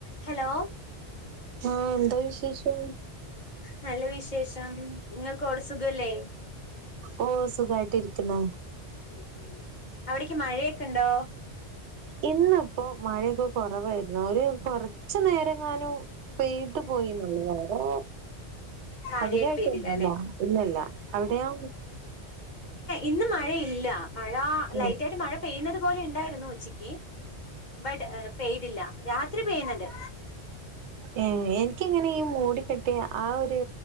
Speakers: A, on the left (about 45°); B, on the right (about 85°).
A: Hello
B: ആ എന്താ വിശേഷം
A: നല്ല വിശേഷം നിങ്ങൾക്കടെ സുഖല്ലേ
B: ഓ സുഖായിട്ടരിക്കുന്ന
A: ഉം ഉ അവിടക്ക് മഴയൊക്കെ ഉണ്ടോ
B: ഇന്നിപ്പോ മഴയൊക്കെ കുറവായിരുന്നു ഒരുര് കൊറച്ച നേരം ഞാനും പെയട്ട് പോയി നല്ലത വറോ
A: കാര്യായിട്ട്
B: അധികമായിട്ട്ന്നല്ലോ
A: പെയ്തില്ല അല്ലെ
B: ഇന്നല്ല അവിടെയാ
A: ഇന്നും മഴയില്ല മഴ ലൈറ്റ്
B: ഉം
A: ആായിട്ട് മഴ പെയ്യുന്നത് പോലെ ഉണ്ടായിരുന്നു ഉച്ചിക്ക് ബട്ട് പെയ്തില്ല രാത്രി പെയ്യുന്നുണ്ട്
B: ഏ എനിക്ക എങ്ങനെ ഈ മൂട കെട്ടിയ ആ ഒരു